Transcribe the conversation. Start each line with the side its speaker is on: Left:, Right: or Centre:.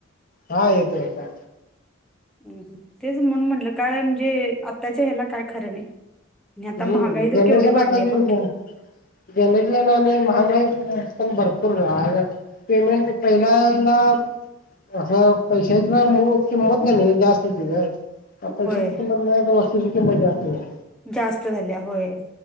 Left: हा येतो आता.
Centre: <unintelligible> तेच म्हणून म्हटलं काय म्हणजे आत्ताच्या ह्याला काय खरं नाही. आणि आता
Left: हम्म
Centre: महागाई तरी
Left: जनरेशन
Centre: केवढी
Left: आताची
Centre: वाढली आहे बघ की.
Left: <unintelligible> आणि महागाई पण भरपूर राह गं. पेमेंट पहिल्यांदा असं पैशची ना मुळ किंमत क नी जास्त होते गं. पैशाची
Centre: होय
Left: किंमत नाही, तर वस्तूची किंमत जास्त आहे.
Centre: जास्त झाल्या होय.